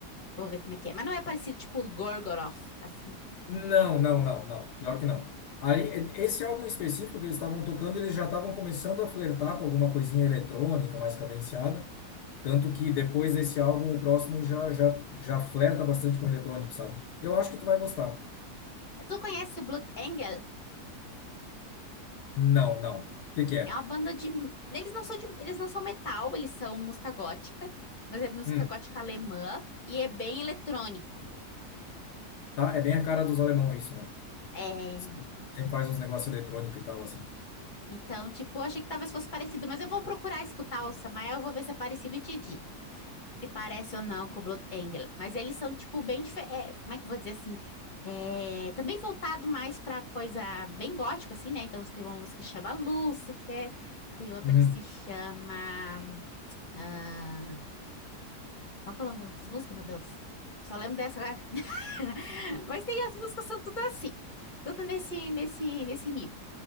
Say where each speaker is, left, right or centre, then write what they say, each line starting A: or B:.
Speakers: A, on the left; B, on the left.
A: Vou ver como é que é. Mas não é parecido, tipo, Gorgoroth, assim.
B: Não, não, não, não. Pior que não. Aí, e- esse álbum específico que eles estavam tocando, eles já estavam começando a flertar com alguma coisinha eletrônica mais cadenciada. Tanto que depois desse álbum, o próximo já, já, já flerta bastante com eletrônico, sabe? Eu acho que tu vai gostar.
A: É, Tu conhece o Blood Angel?
B: Não, não. O que que é?
A: É uma banda de. Eles não são de... eles não são metal, eles são música gótica, mas é música
B: Hum,
A: gótica alemã e é bem eletrônico.
B: Tá? É bem a cara dos alemão isso, né?
A: É,
B: Sempre sempre faz uns negócios eletrônicos e tal, assim.
A: Então, tipo, eu achei que talvez fosse parecido, mas eu vou procurar escutar o Samael, eu vou ver se é parecido e te digo se parece ou não com o Blood Angel. Mas eles são, tipo, bem diferentes. como é que eu vou dizer assim? É, também voltado mais pra coisa bem gótico, assim, né? Então, tem uma música que chama Lúcifer, tem outra
B: Uhum.
A: que se chama. ah, qual é o nome das outras músicas, meu Deus? Eu Só lembro dessa agora. <laughs> Mas tem as músicas, são tudo assim, tudo nesse, nesse, nesse nível.